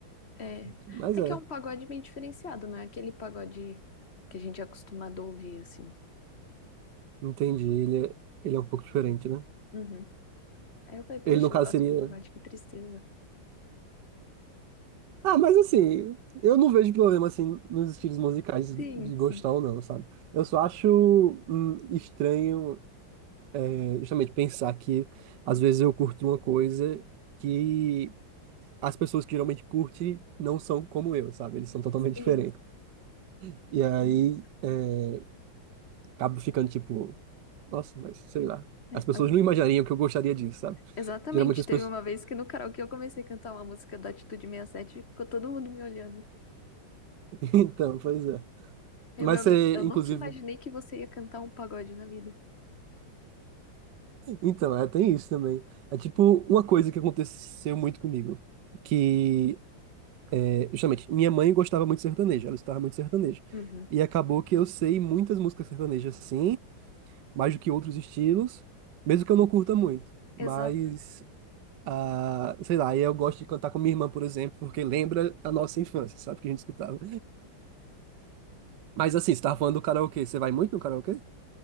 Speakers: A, on the left; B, on the right.
A: É,
B: Mas
A: é
B: é,
A: que é um pagode bem diferenciado, não é aquele pagode que a gente é acostumado a ouvir, assim.
B: entendi. Ele é, ele é um pouco diferente, né?
A: Uhum. Aí eu falei, poxa,
B: Ele, no caso,
A: eu gosto
B: seria.
A: de pagode, que tristeza.
B: Ah, mas assim, eu não vejo problema assim nos estilos musicais
A: Sim,
B: de gostar
A: sim,
B: ou não, sabe? Eu só acho hum, estranho, é, justamente, pensar que às vezes eu curto uma coisa que as pessoas que geralmente curtem não são como eu, sabe? Eles são totalmente
A: sim,
B: diferentes. E aí
A: tem isso.
B: é, acabo ficando tipo, nossa, mas sei lá.
A: É,
B: As pessoas
A: ago-
B: não imaginariam que eu gostaria disso, sabe?
A: exatamente,
B: Geralmente as
A: teve
B: pessoas.
A: uma vez
B: <laughs>
A: que no karaokê eu comecei a cantar uma música da Atitude 67 e sete e ficou todo mundo me olhando.
B: Então, pois é.
A: Aí,
B: Mas
A: meu
B: você,
A: amigo, eu
B: inclusive.
A: nunca imaginei que você ia cantar um pagode na vida.
B: Então, é, tem isso também. É tipo uma coisa que aconteceu muito comigo. Que, é, justamente, minha mãe gostava muito de sertanejo, ela escutava muito sertanejo.
A: Uhum.
B: E acabou que eu sei muitas músicas sertanejas, sim, mais do que outros estilos, mesmo que eu não curta muito. Mas,
A: Exato.
B: ah, sei lá, aí eu gosto de cantar com minha irmã, por exemplo, porque lembra a nossa infância, sabe? Que a gente escutava. Mas assim, você tava falando do karaokê, você vai muito no karaokê?